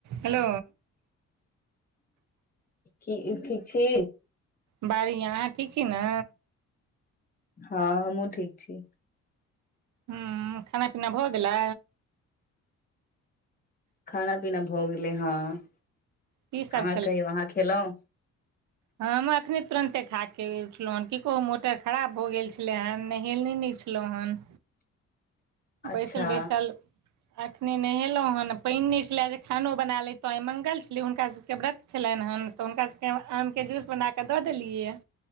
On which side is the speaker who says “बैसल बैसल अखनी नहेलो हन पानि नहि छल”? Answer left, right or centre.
Right